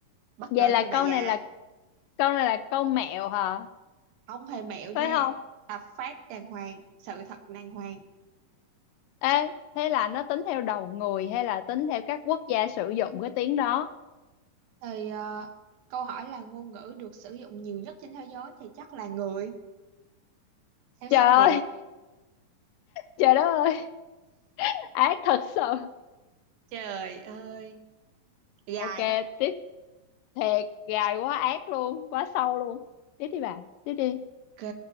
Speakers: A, on the right; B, on the left.
A: Bất
B: vậy
A: ngờ
B: là
A: chưa bà
B: câu
A: già?
B: này là câu này là câu mẹo hả?
A: Không hề mẹo nha.
B: Phải không?
A: Hợp pháp đàng hoàng, sự thật đàng hoàng.
B: Ê, thế là nó tính theo đầu người hay là tính theo các quốc gia sử dụng cái tiếng đó?
A: Thì ờ, câu hỏi là ngôn ngữ được sử dụng nhiều nhất trên thế giới thì chắc là người, theo số
B: Trời ơi,
A: người.
B: trời đất ơi, ác thật sự.
A: Trời ơi, dài
B: ok
A: đó.
B: tiếp thiệt gài quá ác luôn quá sâu luôn tiếp đi bà tiếp đi
A: Ok,